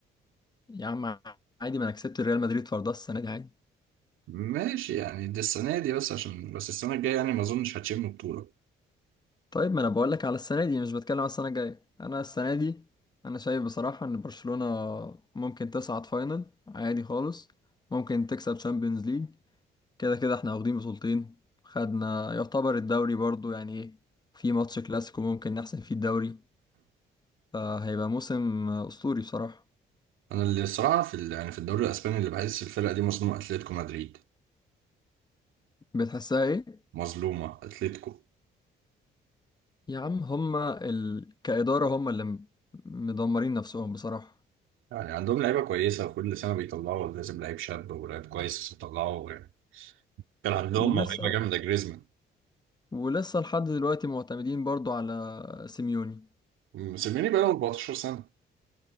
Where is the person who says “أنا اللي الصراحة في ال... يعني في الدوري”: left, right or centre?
Right